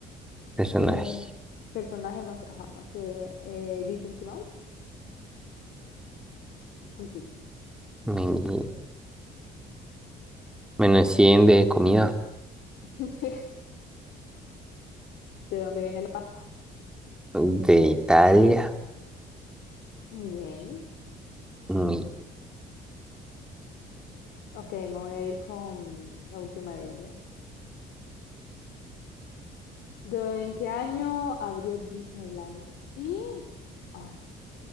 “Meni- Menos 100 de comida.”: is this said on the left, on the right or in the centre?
Centre